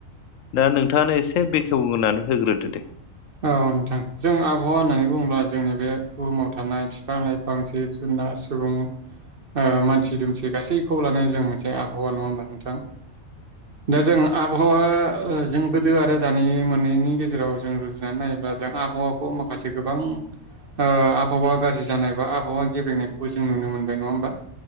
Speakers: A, on the left; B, on the right.
A: दा नोंथाङानो एसे बेखेवग्रोनानै होग्रोदो दे।
B: औ नोंथां जों आब'हावा होननानै बुङोबा जोंनि बे बुहुमाव थानाय बिफां लाइफ फां जिब जुनार सुबुं ओ मानसि दुमसि गासैखौबो लानानै जों मोनसे आबहावा नङा होमबा नों थां? ओं दा जों आब'हावा ओ ओ जों गोदो आरो दानि मोननैनि गेजेराव जों रुजुनानै नाय ब्ला जों आबहावाखौ माखासे गोबां ओ आबहावा गाज्रि जानाय बा आबहावा गेबेंनायखौबो जों नुनो मोनबाय नङा होमबा।